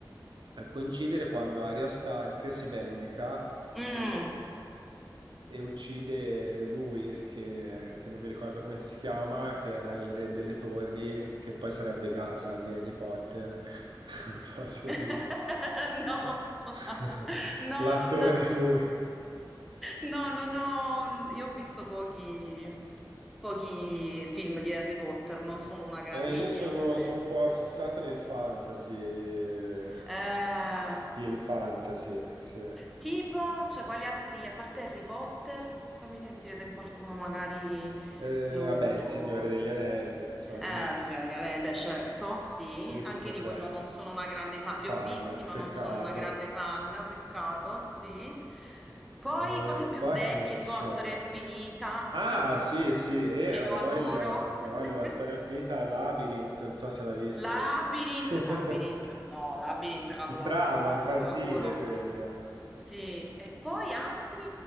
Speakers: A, on the right; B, in the centre.
A: a coincidere quando Arya Stark si vendica
B: Mm.
A: e, e uccide lui, che, che non mi ricordo come si chiama, che era il re delle torri, che poi sarebbe Gaza di Harry Potter. <laughs> Non so se
B: <laughs>
A: l'hai...
B: No,
A: <laughs>
B: no,
A: L'attore
B: non...
A: è lui.
B: No, non ho... Io ho visto pochi, pochi film di Harry Potter, non sono una grande...
A: Eh,
B: Libri
A: io sono,
B: non li ho letti.
A: sono un po' fissato nel fantasy,
B: Eh,
A: film fantasy, sì.
B: tipo, cioè, quali altri, a parte Harry Potter, fammi sentire se qualcuno magari
A: Eh,
B: lo...
A: vabbè, Il Signore degli Anelli, non so,
B: Eh,
A: lì-
B: signora Diana, eh, beh, certo, sì,
A: Lì si
B: anche
A: potrà.
B: di quello non sono una grande fan, li
A: Fan,
B: ho visti ma
A: peccato.
B: non sono una grande fan, peccato, sì. Poi
A: E
B: cose più
A: poi
B: vecchie,
A: che c'è?
B: tipo La storia infinita,
A: Ah, sì,
B: <laughs>
A: sì, e
B: che
A: ha
B: io
A: voglia,
B: adoro.
A: ha voglia,
B: <laughs>
A: la storia infinita Labyrinth, non so se l'ha visto.
B: Labyrinth,
A: <laughs>
B: Labyrinth, no, Labyrinth, capolavoro,
A: Un trauma infantile
B: capolavoro.
A: quello.
B: Sì, e poi altri,